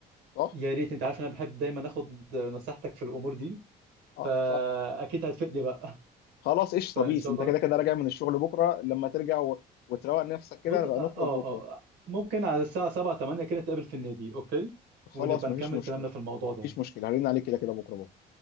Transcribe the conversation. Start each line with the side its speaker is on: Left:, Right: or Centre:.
Left: صح؟
Right: يا ريت انت عارف انا بحب دايما اخد نصيحتك في الامور دي
Left: اه
Right: فاكيد هتفيدني بقى
Left: فخلاص
Right: <laughs>
Left: قشطه
Right: فان
Left: بيس
Right: شاء
Left: انت
Right: الله
Left: كده كده راجع من الشغل بكره لما ترجع و... وتروق نفسك كده
Right: بص
Left: نبقى
Right: اه اه
Left: نخرج بكره
Right: آه. ممكن على الساعة 7 8 كده نتقابل في النادي اوكي
Left: خلاص
Right: ونبقى
Left: مفيش
Right: نكمل
Left: مشكله
Right: كلامنا في الموضوع ده
Left: مفيش مشكله هرن عليك كده كده بكره بكره